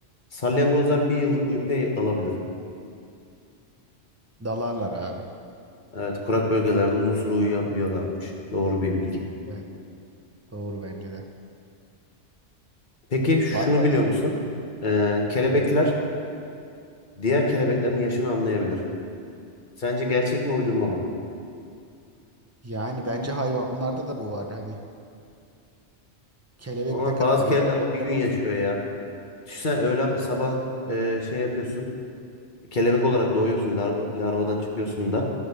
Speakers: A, on the left (about 45°); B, on the right (about 15°).
A: Salyangozlar bir yıllık uykuya dalabilir.
B: Dalarlar abi.
A: Evet, kurak bölgelerde uzun süre uyuyabiliyorlarmış. Doğru bir bilgi.
B: Evet, doğru bence de.
A: Peki şunu
B: Var başka.
A: biliyor musun? Ee, kelebekler diğer kelebeklerin yaşını anlayabilir. Sence gerçek mi uydurma mı?
B: Yani bence hayvanlarda da bu var hani. Kelebek
A: Ama
B: ne kadar
A: bazı kelebekler
B: böcek olsa
A: bir gün
B: da.
A: yaşıyor ya. Düşünsene öğlen sabah e, şey yapıyorsun. Kelebek olarak doğuyorsun, lar- larvadan çıkıyorsun da.